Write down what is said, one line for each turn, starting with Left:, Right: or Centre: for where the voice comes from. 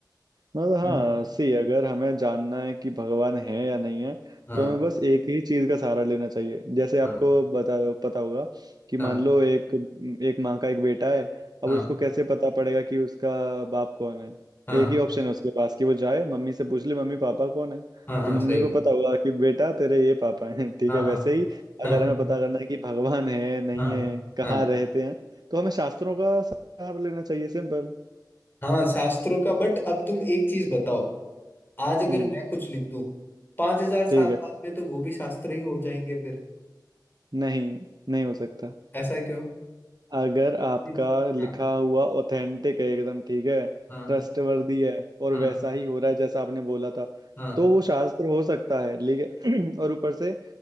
Right: मतलब हाँ
Left: हम्म,
Right: सी अगर हमें जानना है कि भगवान है या नहीं है
Left: हाँ
Right: तो हमें बस एक ही चीज का सहारा लेना चाहिए जैसे आपको
Left: हाँ
Right: बता पता होगा कि मान
Left: हाँ
Right: लो एक एक माँ का एक बेटा है अब
Left: हाँ
Right: उसको कैसे पता पड़ेगा कि उसका बाप कौन है
Left: हाँ
Right: एक
Left: हाँ
Right: ही ऑप्शन है उसके पास कि वो जाए मम्मी से पूछ ले मम्मी पापा कौन है
Left: हाँ हाँ
Right: तो मम्मी
Left: सही
Right: को
Left: बात
Right: पता होगा कि बेटा तेरे ये पापा हैं <laughs> ठीक
Left: हाँ
Right: है वैसे
Left: हाँ
Right: ही अगर
Left: हाँ
Right: हमें पता करना है कि भगवान है नहीं
Left: हाँ
Right: है कहाँ
Left: हाँ
Right: रहते हैं तो हमें शास्त्रों का सहारा लेना चाहिए सिंपल
Left: हाँ हाँ, शास्त्रों का बट अब तुम एक चीज बताओ आज अगर
Right: हम्म
Left: मैं कुछ लिख दूं पांच हजार साल
Right: ठीक है
Left: बाद में तो वो भी शास्त्र ही हो जाएंगे फिर
Right: नहीं नहीं हो सकता
Left: ऐसा क्यों
Right: अगर आपका
Left: इस-
Right: लिखा
Left: हाँ
Right: हुआ ऑथेंटिक है एकदम ठीक है
Left: हाँ
Right: ट्रस्टवर्दी है और
Left: हाँ
Right: वैसा ही हो रहा है जैसा आपने बोला था
Left: हाँ
Right: तो वो शास्त्र हो सकता है लेकिन <clears throat> और ऊपर से